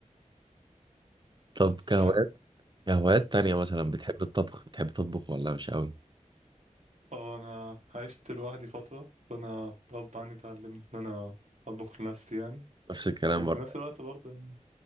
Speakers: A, on the right (about 35°); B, on the right (about 65°).
A: طب
B: بس
A: كهوايات
B: حلو
A: كهوايات تانية مثلا
B: م؟
A: بتحب الطبخ بتحب تطبخ ولا مش قوي
B: اه انا عشت لوحدي فتره فانا غصب عني اتعلمت ان انا اطبخ لنفسي يعني
A: نفس الكلام
B: وفي
A: برضه
B: نفس الوقت برضه يعني